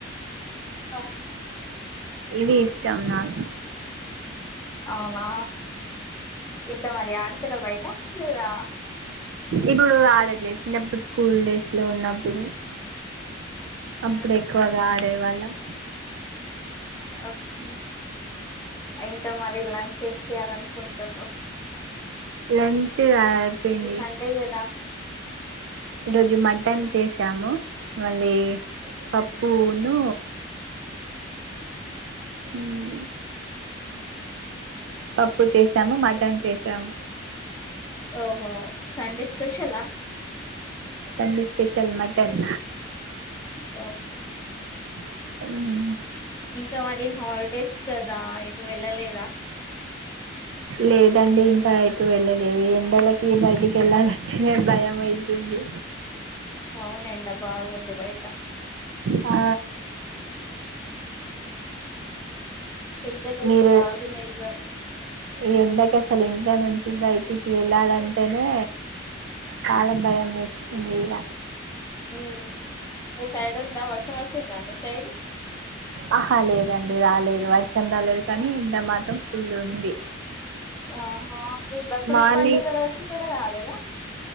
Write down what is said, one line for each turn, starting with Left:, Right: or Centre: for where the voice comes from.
Left: ఆ
Right: ఇవి ఇష్టం నాకు
Left: అవునా ఇంకా మరి ఆడతారా బయట లేదా
Right: ఇప్పుడు ఆడడ్ చి అప్పుడు స్కూల్ డేస్ లో ఉన్నప్పుడు అప్పుడు
Left: ఆహా
Right: ఎక్కువగా ఆడేవాళ్ళం
Left: ఓకే ఇంకా మరి లాంచ ఏం చేయాలనుకుంటురు
Right: లంచ్ అయిపోయింది
Left: సండే కదా
Right: ఈరోజు మటన్ చేసాము, మళ్ళీ పప్పును ఉహ్ పప్పు చేసాము మటన్ చేసాం.
Left: ఓహో సండే స్పెషల్ ఆ
Right: సండే స్పెషల్ మటన్
Left: <unintelligible>
Right: ఉహ్
Left: ఇంకా మరి హాలిడేస్ కదా ఇటు వెళ్ళలేదా?
Right: లేదండి ఇంకా ఎటు వెళ్ళలేదు, ఎండలకి బయటికి వెళ్ళాలంటే భయం అవుతుంది.
Left: అవున ఎండ బాగుంది బయట.
Right: ఆ
Left: ఎండలు అయితే
Right: మీరు
Left: బాగా ఉన్నాయ్ ఇగ
Right: ఈ ఎండకి అసలు ఇంట్లో నుంచి బయటికి వెళ్ళాలంటేనే, చాలా భయం వేస్తుంది ఇగ
Left: ఉహ్ మీ సైడ్ ఉందా, వషం వచ్చింద మీ సైడ్
Right: ఆహ లేదండి రాలేదు వర్ <unintelligible> లేదు కానీ ఎండ మాత్రం ఫుల్ ఉంది.
Left: ఆహా ఈ బక్రీద్
Right: మార్నింగ్
Left: పండుగ రోజు కు నువ్వ అదేద